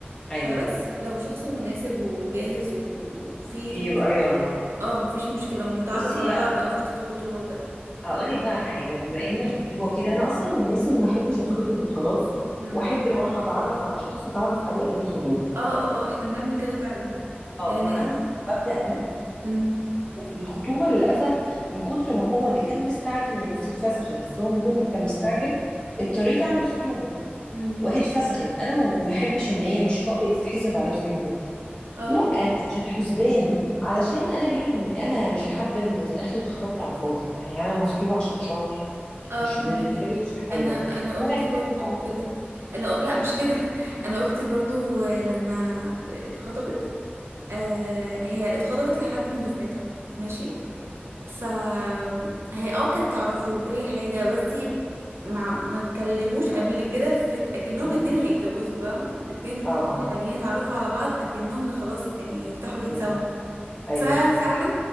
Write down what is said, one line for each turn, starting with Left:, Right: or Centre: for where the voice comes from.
Left: ايوه
Right: فبس لو شخص مناسب وجاهز و- وفي
Left: يبقى يلا
Right: اه مفيش مشكله ونتعرف
Left: بصي
Right: على بعض بقى فتره خطوبه وكده
Left: هقول لك بقى على حاجه بما ان الخطوبه وكده انا اصلا من الناس اللي ما احبش اتخطب وخلاص
Right: امم
Left: واحب لو انا هتعرف على شخص اتعرف عليه قبل الخطوبه
Right: اه اه اه احنا بنعمل كده فعلا
Left: اه
Right: يعني
Left: كان عندي المبدا ده
Right: امم
Left: وفي الخطوبه للاسف من كتر ما هو اللي كان مستعجل يعني بصي اتفسخت بس هو من كتر ما كان مستعجل اضطريت اعمل خطوبه
Right: امم
Left: وهي اتفسخت انا ما ما احبش ان هي مش هقول لك تتحسب عليها خطوبه
Right: اه
Left: لا مش عشان حسبان علشان انا بيني وبين انا مش حابه ان في الاخر اتخطبت على الفاضي يعني انا مخطوبه عشان شهر
Right: اه
Left: مش
Right: فهماكي
Left: بالنسبه لي مش حاجه
Right: انا انا
Left: فانا
Right: اختي
Left: احب
Right: برضو
Left: اه
Right: كده انا لا مش كده <laughs> انا اختي برضو آه، لما اتخطبت
Left: مم.
Right: آه هي اتخطبت لحد من دفعتها ماشي
Left: اوكي
Right: فهي اه كانت تعرفه وكل حاجه بس ما ما اتكلموش قبل كده في اكنهم
Left: مم.
Right: اتنين هيتجوزوا فاهمه اتنين
Left: اه اه
Right: محتاجين يتعرفوا على بعض اكنهم خلاص يعني هيفتحوا بيت
Left: مم.
Right: سوا
Left: ايوه
Right: ففعلا